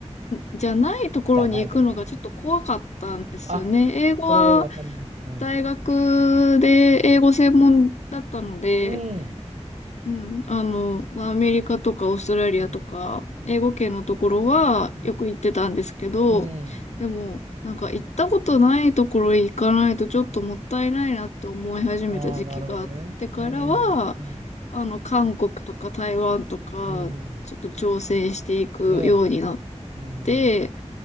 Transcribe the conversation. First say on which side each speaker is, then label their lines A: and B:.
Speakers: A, on the left; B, on the right.
A: じゃないところに行くのがちょっと怖かったんですよね。
B: じゃないとこね。あ、
A: 英語は、
B: それはわかります。うん。
A: 大学で英語専門だったので、
B: うん。
A: うん、あの、まあアメリカとかオーストラリアとか、
B: うん。うん。
A: 英語圏のところはよく行ってたんですけど、
B: うん。うん
A: でも、なんか行ったことないところへ行かないとちょっともったいないなって思い始めた時期があってからは、
B: ああ、なるほどね。うん。うん。
A: あの、韓国とか台湾とか、
B: うん。
A: ちょっと挑戦していくようになっ
B: ねえ。うん、
A: て、